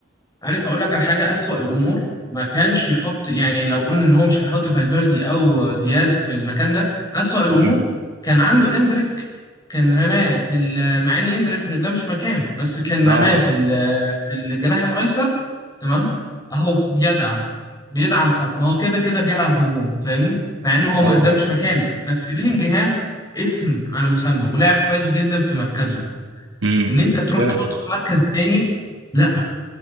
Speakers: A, on the left (about 20°); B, on the right (about 70°).
A: عارف اقول لك على حاجه اسوأ الامور ما كانش يحط يعني لو قلنا ان هو مش هيحط فالفيردي او دياز في المكان ده اسوأ الامور
B: مم.
A: كان عنده اندريك كان رماه في ال- مع اني ادرك ان ده مش مكانه بس كان
B: اه
A: رماه في ال- في الجناح الايسر تمام اهو بيدعم بيدعم خط ما هو كده كده بيلعب هجوم فاهمني مع ان هو ما-
B: ايوه
A: ده مش مكانه بس بيلينجهام اسم على مسمى ولاعب كويس جدا في مركزه
B: امم
A: ان انت تروح
B: فعلا
A: تحطه في مركز تاني لا